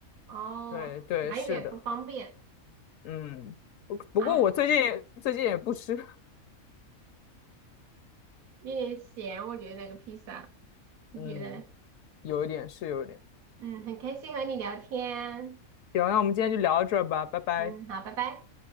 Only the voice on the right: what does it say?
哦，
蛮远不方便
啊，有点咸，我觉得那个披萨，
你觉得呢？
嗯，很开心和你聊天。
嗯，好，拜拜。